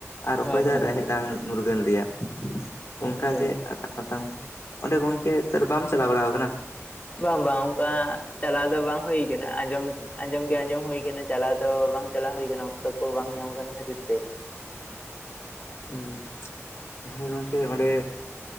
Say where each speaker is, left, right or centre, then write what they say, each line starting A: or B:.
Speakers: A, on the left (about 70°); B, on the left (about 30°).
A: ᱟᱨ ᱚᱠᱚᱭ
B: ᱦᱳᱭ
A: ᱫᱚ
B: ᱦᱳᱭ
A: ᱨᱮᱦᱮᱫ ᱨᱟᱱ, ᱢᱩᱨᱜᱟᱹᱱ ᱨᱮᱭᱟᱜ ᱾ ᱚᱱᱠᱟ
B: ᱟᱪᱪᱷᱟ
A: ᱜᱮ ᱾ ᱚᱸᱰᱮ ᱜᱚᱝᱠᱮ ᱛᱟᱦᱚᱞᱮ ᱵᱟᱢ ᱪᱟᱞᱟᱣ ᱵᱟᱲᱟ ᱟᱠᱟᱱᱟ ᱾
B: ᱵᱟᱝ ᱵᱟᱝ ᱚᱱᱠᱟ ᱪᱟᱞᱟᱣ ᱫᱚ ᱵᱟᱝ ᱦᱩᱭ ᱠᱟᱱᱟ, ᱟᱸᱡᱚᱢ ᱟᱸᱡᱚᱢ ᱜᱮ ᱟᱸᱡᱚᱢ ᱦᱩᱭ ᱟᱠᱟᱱᱟ ᱪᱟᱞᱟᱣ ᱫᱚ ᱵᱟᱝ ᱪᱟᱞᱟᱣ ᱦᱩᱭ ᱠᱟᱱᱟ ᱚᱠᱛᱚ ᱠᱚ ᱵᱟᱝ ᱧᱟᱢ ᱠᱟᱱ ᱠᱷᱟᱹᱛᱤᱨ ᱛᱮ ᱾
A: ᱦᱩᱸᱻ ᱦᱮᱸ ᱜᱚᱝᱠᱮ ᱚᱸᱰᱮ